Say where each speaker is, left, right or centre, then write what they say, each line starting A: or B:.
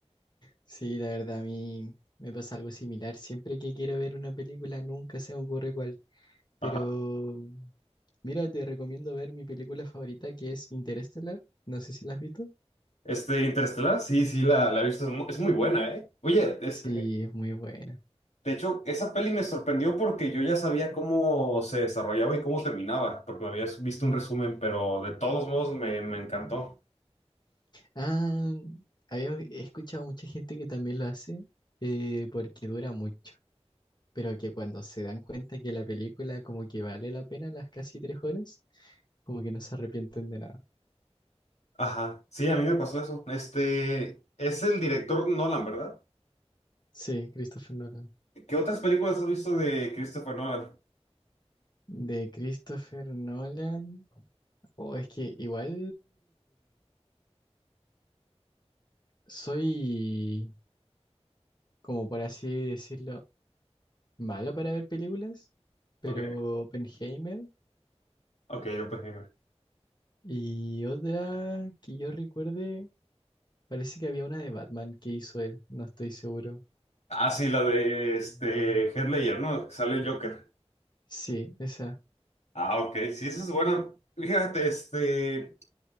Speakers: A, on the left; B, on the left.
A: Sí, la verdad a mí me pasa algo similar. Siempre que quiero ver una película nunca se me ocurre cuál.
B: Ajá.
A: Pero mira, te recomiendo ver mi película favorita que es Interestelar. No sé si la has visto.
B: Este, Interestelar, sí, sí, la, la he visto, es mu- es muy buena, ¿eh? Oye, este,
A: Sí, es muy buena.
B: De hecho, esa peli me sorprendió porque yo ya sabía cómo se desarrollaba y cómo terminaba, porque me habías visto un resumen, pero de todos modos me, me encantó.
A: Ah, había escuchado mucha gente que también lo hace eh, porque dura mucho. Pero que cuando se dan cuenta que la película como que vale la pena las casi tres horas, como que no se arrepienten de nada.
B: Ajá, sí, a mí me pasó eso. Este, es el director Nolan, ¿verdad?
A: Sí, Christopher Nolan.
B: ¿Qué otras películas has visto de Christopher Nolan?
A: De Christopher Nolan. O es que igual soy, como por así decirlo, malo para ver películas, pero
B: Ok,
A: Oppenheimer
B: ok, Oppenheimer.
A: y otra que yo recuerde, parece que había una de Batman que hizo él, no estoy seguro.
B: Ah, sí, la de
A: Mm.
B: este, Heath Ledger, ¿no? Sale el Joker.
A: Sí, esa.
B: Ah, ok, sí, esa es buena. Fíjate, este,